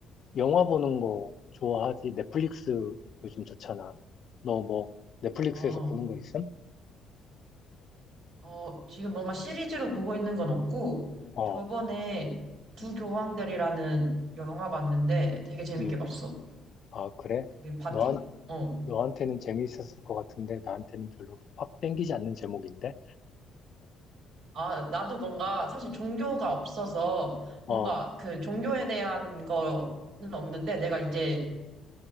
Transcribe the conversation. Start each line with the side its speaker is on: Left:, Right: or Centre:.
Left: 영화 보는 거 좋아하지? 넷플릭스 요즘 좋잖아. 너 뭐 넷플릭스에서
Right: 어,
Left: 보는 거 있음?
Right: 어, 지금 뭔가 시리즈로 보고 있는 건 없고,
Left: 어,
Right: 저번에 두
Left: 음,
Right: 교황들이라는 영화 봤는데 되게 재밌게
Left: 음.
Right: 봤어.
Left: 아, 그래?
Right: 그게 바티,
Left: 너한,
Right: 어.
Left: 너한테는 재미있었을 것 같은데 나한테는 별로 확 땡기지 않는 제목인데?
Right: 아, 나도 뭔가 사실 종교가 없어서 뭔가
Left: 어,
Right: 그 종교에 대한 거는 없는데 내가 이제